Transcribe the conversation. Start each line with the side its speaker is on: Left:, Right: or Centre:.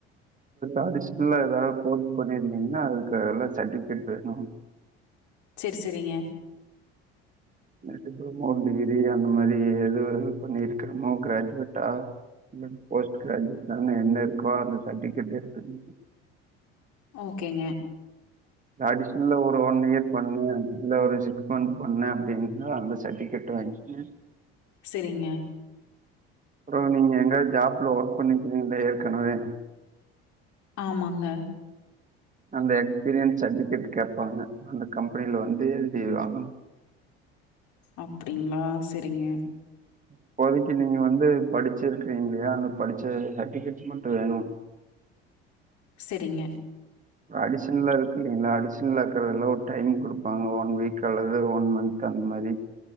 Right: அடிஷ்னலா ஏதாவது கோர்ஸ் பண்ணியிருந்தீங்கன்னா அதுக்கு எல்ல சர்டிபிகேட் வேணும்
Left: சரி சரிங்க
Right: டிப்ளமோ டிகிரி அந்த மாதிரி எதுது பண்ணிருக்கிறமோ கிராஞ்வெட்டா போஸ்ட் கிராஜ்வேட்டா என்ன இருக்கோ அந்த சர்டிஃபிகேட் எடுத்துக்க
Left: ஓகேங்க
Right: அடிஷன்ல ஒரு ஒன் இயர் பண்ணு இல்ல ஒரு சிக்ஸ் மந்த் பண்ணேன் அப்படின்னுா அந்த சர்டிபிகேட் வாங்கின்
Left: சரிங்க.
Right: அப்றம் நீங்க எங்கயாது ஜாப்ல ஒர்க் பண்ணிக்கீங்கள ஏற்கனவே
Left: ஆமாங்க
Right: அந்த எக்ஸ்பீரியன்ஸ் சர்ட்டிபிகேட் கேட்பாங்க அந்த கம்பெனியில வந்து எழுதிவாங்க
Left: அப்படிங்களா சரிங்க
Right: இப்பதைக்கு நீங்க வந்து படிச்சிருக்கிறீங்க இல்லையா அந்த படிச்ச சர்டிபிகேட் மட்டும் வேணும்
Left: சரிங்க
Right: அடிஷனலா இருக்கு இலைங்களா அடிஷனலா இருக்கறதெல்லாம் ஒரு டைம் கொடுப்பாங்க ஒன் வீக் அல்லது ஒன் மந்த் அந்தமரி